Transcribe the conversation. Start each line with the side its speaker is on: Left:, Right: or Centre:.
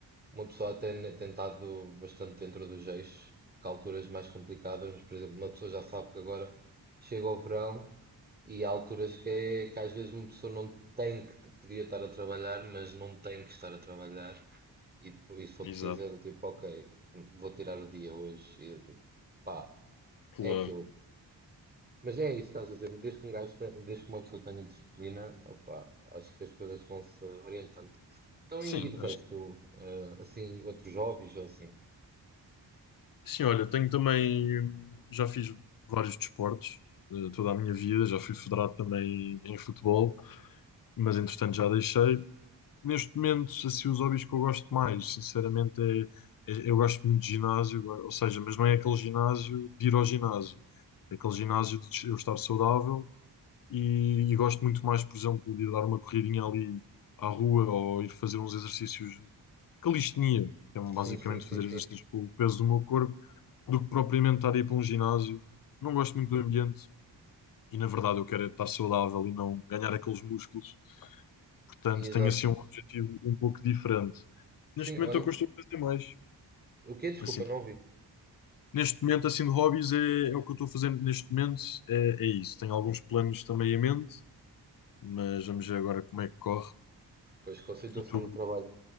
Right: uma pessoa até ne- tem estado bastante dentro dos eixos, que há alturas mais complicadas, mas, por exemplo, uma pessoa já sabe que agora chega o verão e há alturas que, é- que às vezes uma pessoa não tem que, podia estar a trabalhar, mas não tem que estar a trabalhar. E, depois, e se for
Left: Exato,
Right: preciso, é do tipo, ok, vou tirar o dia hoje. E do tipo, pá,
Left: claro.
Right: é aquilo. Mas é isso, que estás a dizer, desde que um gajo te- desde que uma pessoa tenha disciplina, opa, acho que as coisas vão-se orientando. Então,
Left: Sim,
Right: e de resto,
Left: acho,
Right: eh, assim, outros hobbies ou assim?
Left: sim, olha, tenho também, hum, já fiz vários desportos. eh, Toda a minha vida, já fui federado também em futebol, mas entretanto já deixei. Neste momento, assim, os hobbies que eu gosto mais, sinceramente, é, é- eu gosto muito de ginásio, ou seja, mas não é aquele ginásio de ir ao ginásio, é aquele ginásio de eu estar saudável e, e gosto muito mais, por exemplo, de ir dar uma corridinha ali à rua ou ir fazer uns exercícios, calistenia, que é um, basicamente
Right: Sim, sim, sim,
Left: fazer
Right: sim.
Left: exercícios com o peso do meu corpo, do que propriamente estar a ir para um ginásio. Não gosto muito do ambiente e, na verdade, eu quero é estar saudável e não ganhar aqueles músculos Portanto,
Right: Exato.
Left: tenho assim um objetivo um pouco diferente. Neste
Right: Sim,
Left: momento
Right: olha,
Left: é o que eu estou a fazer mais.
Right: o que Desculpa,
Left: Assim, de
Right: não
Left: hobby.
Right: vi.
Left: Neste momento, assim, de hobbies é, é o que eu estou fazendo neste momento, é, é isso. Tenho alguns planos também em mente, mas vamos ver agora como é que corre.
Right: Pois, com a situação
Left: E tu,
Right: do trabalho.